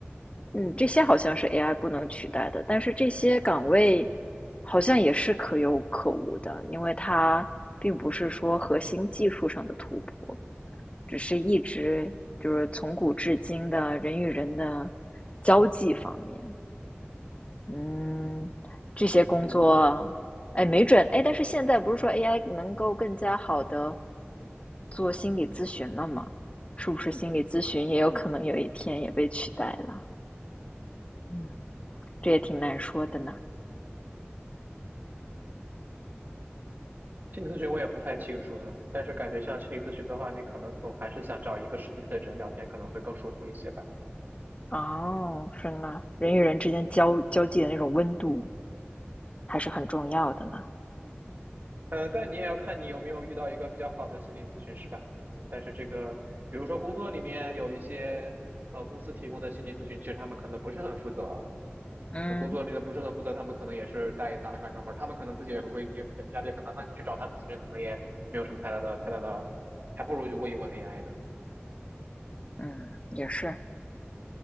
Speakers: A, on the left (about 30°); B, on the right (about 50°).
A: 嗯，这些好像是 AI 不能取代的，但是这些岗位好像也是可有可无的，因为它并不是说核心技术上的突破，只是一直就是从古至今的人与人的交际方面，嗯，这些工作，
B: 嗯，
A: 哎，没准，哎，但是现在不是说 AI 能够更加好的做心理咨询了吗？是不是心理咨询也有可能有一天也被取代了？嗯。这也挺难说的呢。
B: 心理咨询我也不太清楚呢，但是感觉像心理咨询的话，你可能总还是想找一个实际的人聊天，可能会更舒服一些吧。
A: 哦，是呢，人与人之间交交际的那种温度还是很重要的呢。
B: 呃，但你也要看你有没有遇到一个比较好的心理咨询师吧。嗯，但是这个，比如说工作里面有一些呃公司提供的心理咨询，其实他们可能不是很负责。
A: 嗯
B: 那工作里的不是很负责，他们可能也是带打卡上班，他们可能自己也会也压压力很大。那你去找他们咨询，可能也没有什么太大的太大的，还不如去问一问 AI 呢。
A: 嗯，也是，